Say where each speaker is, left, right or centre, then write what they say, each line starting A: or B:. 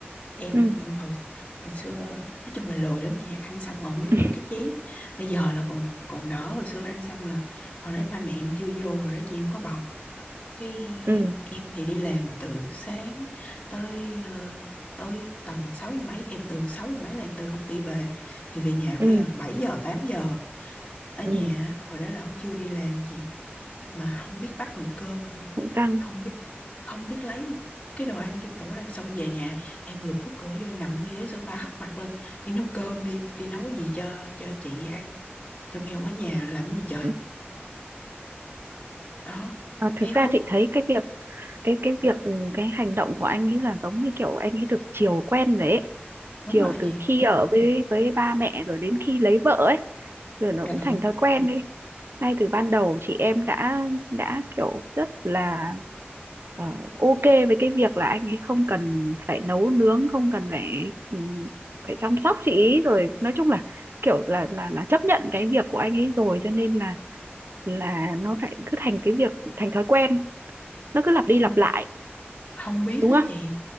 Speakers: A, on the left; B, on the right.
A: em
B: ừ
A: hồi hồi xưa nói chung là lười lắm chị ăn xong còn không biết
B: <laughs>
A: rửa cái chén bây giờ là còn còn đỡ hồi xưa ăn xong là hồi đó ba mẹ em chưa vô hồi đó chị em có bầu Cái
B: ừ
A: em thì đi làm từ sáng tới ờ, tới tầm 6 giờ mấy, em từ 6 giờ mấy là em từ công ty về thì về nhà
B: ừ
A: phải gần 7 giờ 8 giờ. Ở nhà
B: ừ
A: hồi đó là ông chưa đi làm gì mà không biết bắt nồi cơm luôn.
B: cũng căng
A: Không biết không biết lấy cái đồ ăn trong tủ ra xong về nhà em vừa bước cửa vô nằm ngay ghế sofa hất quạt lên đi nấu cơm đi đi nấu cái gì cho cho chị ăn trong khi ông ở nhà làm cái gì trời
B: Ừ.
A: đó
B: à, thực
A: em
B: ra
A: không
B: chị thấy cái việc cái cái việc ừ, cái hành động của anh ấy là giống như kiểu anh ấy được chiều quen rồi ấy
A: đúng
B: chiều
A: rồi
B: từ
A: chị
B: khi ở với với ba mẹ rồi đến khi lấy vợ ấy rồi nó
A: Dạ.
B: cũng thành thói quen đi ngay từ ban đầu chị em đã đã kiểu rất là ờ, ok với cái việc là anh ấy không cần phải nấu nướng không cần phải ừ, phải chăm sóc chị ý rồi nói chung là kiểu là là là chấp nhận cái việc của anh ấy rồi cho nên là là nó lại cứ thành cái việc thành thói quen nó cứ lặp đi lặp
A: Không
B: lại
A: không biết
B: đúng
A: á
B: không
A: chị